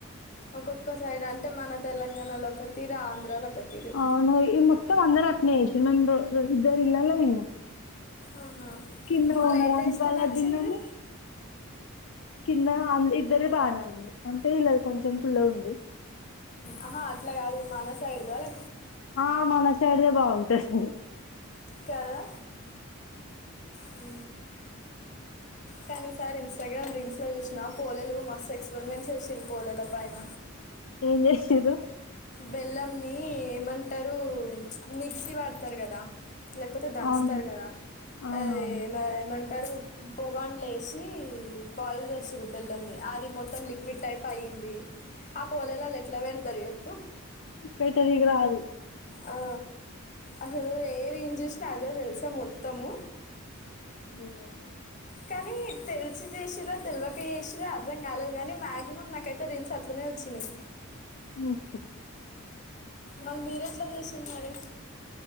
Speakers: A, on the left; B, on the left.
A: ఒక్కొక్క సైడ్ అంటే మన తెలంగాణలో ఒక తీరా ఆంధ్రాలో ఒక తీరు
B: అవునా ఈ మొత్తం అందరూ అట్లేనే చేసిరు నేను రే రో ఇద్దరి ఇండ్ల తిన్న
A: ఆహా.
B: కింద
A: మళ్ళీ
B: ఓనర్
A: ఏ
B: ఆంటీ
A: టేస్ట్
B: వాళ్లది
A: నచ్చింది
B: తిన్నాము కింద ఆం ఇద్దరిది బాగానే ఉంది అంటే వీళ్లది కొంచెం పుల్లగా ఉంది
A: ఆహా అట్లా కాదు మన సైడ్ దా లే
B: ఆ మన సైడ్ దే బాగుంటది
A: కదా హు కానీ ఈసారి ఇంస్టాగ్రామ్ రీల్స్ లో చూసిన పోలెలు మస్తు ఎక్స్పెరిమెంట్ చేసారు పోలేలపైన
B: ఏం చేసిరు
A: బెల్లంని ఏమంటారు మిక్సీ పడతారు కదా లేకపోతే దుతారు
B: అవును
A: కదా
B: అవునవును
A: అది ఏ మా అంటారు పొగాండ్లు వేసి బాయిల్ చేస్తారు బెల్లన్ని అది మొత్తం లిక్విడ్ టైప్ అయ్యింది ఆ పోలేలలో ఎట్లా పెడతారు చేప్పు
B: పెట్టనీకి రాదు
A: ఆ అసలు ఏ రీల్ చూసినా అదే తెలుసా మొత్తము
B: ఉహు
A: కానీ తెలిసి చేసిరో తెలువక చేసిరో అర్థం కాలేదు కానీ మాయాక్సిిమం నాకైతే రీల్స్ అట్లనే వచ్చినయ్
B: మూసుకో
A: మళ్ళి మీర ఎట్లా చేసిరు మరి